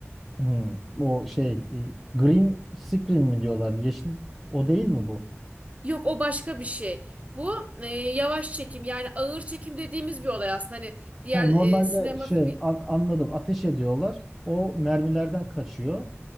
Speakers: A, in the centre; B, on the right (about 30°).
A: Hı. O şey e, Green Screen mi diyorlar? Yeşil o değil mi bu?
B: Yok o başka bir şey. Bu e, yavaş çekim yani ağır çekim dediğimiz bir olay aslında. Hani diğer
A: Ha, normalde
B: e, sinema
A: şey
B: fi-
A: an- anladım ateş ediyorlar. O mermilerden kaçıyor.